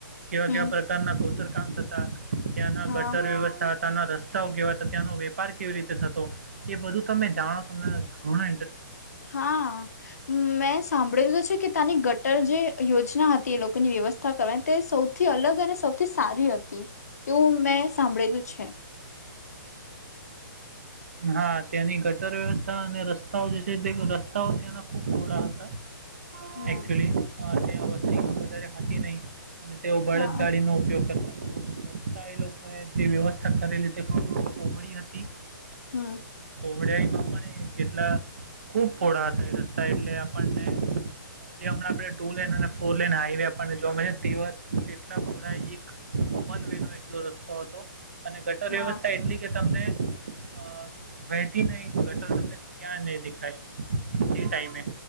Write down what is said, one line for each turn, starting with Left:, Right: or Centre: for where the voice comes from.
Right: કેવા
Left: હમ
Right: કેવા પ્રકારના ખોતર કામ થતા. તા ત્યાંના
Left: હા
Right: ગટર વ્યવસ્થા ત્યાના રસ્તાઓ કેવા હતા ત્યાંનો વેપાર કેવી રીતે થતો એ બધું તમે જાણો તમને ઘણુ
Left: હા મેં સાંભળી લીધું છે કે તાની ગટર જે યોજના હતી તે લોકોની વ્યવસ્થા કરવાની તે સૌથી અલગ અને સૌથી સારી હતી. એવું મેં સાંભળેલું છે.
Right: હા ત્યાંની ગટર વ્યવસ્થા અને રસ્તાઓ જે છે તે રસ્તાઓ ત્યાંના ખુબ પીડા હતા.
Left: હમ
Right: એક્ચુઅલી ત અસ્થ અયારે હતી નહી અને તેઓ બળદ
Left: હા
Right: ગાડી નો ઉપયોગ કરતા. તો રસ્તા એ લોકોએ જે વ્યવસ્થા કરેલી તે ખુબ વળી હતી.
Left: હમ્મ
Right: હોડિયામાં પણ એ જેટલા ખુબ પોળા હતા એ રસ્તા એટલે આપણને જે હમણાં આપણે ટુ લેન અને ફોર લન હાઈવે આપણને જોવા મળ છે તેવા તેટલા પોળા એક વન વે નો એટલો રસ્તો હતો. અને ગટર
Left: હા
Right: વ્યવસ્થા એટલી કે તમને અ વહેતી નહી ગટર તમને ક્યાં નહી દેખાય તે ટાઈમે.